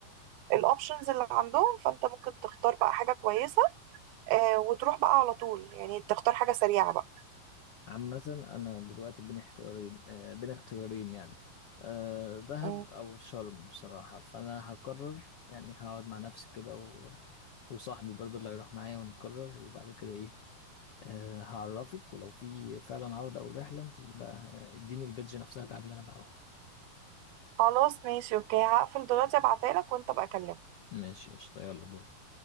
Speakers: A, on the right (about 80°); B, on the left (about 80°).
A: الاوبشنز اللي عندهم فانت ممكن تختار بقى حاجة كويسة آه، وتروح بقى على طول يعني تختار حاجة سريعة بقى
B: عامه انا دلوقتي بين اختيارين آه، بين اختيارين يعني آه، دهب
A: مم.
B: او شرم بصراحه فانا هقرر يعني هقعد مع نفسي كده و... وصاحبي برضه اللي هيروح معايا ونقرر وبعد كده ايه آه، هعرفك ولو في فعلا عرض او رحله انت بقى اديني البيدج نفسها تعملي انا معاهم
A: خلاص ماشي اوكي هقفل دلوقتي ابعتها لك وانت بقى كلمه
B: ماشي قشطه يلا باي